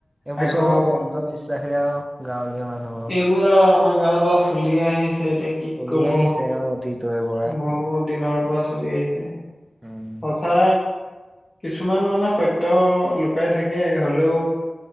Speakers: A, on the right; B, on the left.
A: এইবোৰ
B: আকৌ
A: চব বন্ধ বিশ্বাসে আৰু গাঁৱলীয়া মানুহৰ
B: এইবোৰ আৰু আমাৰ গাঁৱত আৰু চলিয়ে আহিছে এতিয়া কি
A: চলি
B: কব
A: আহিছে অ অতীতৰে পৰা
B: বহু দিনৰ পৰা চলি আহিছে।
A: উম
B: সঁচা কিছুমান মানে সত্য লুকাই থাকে হলেও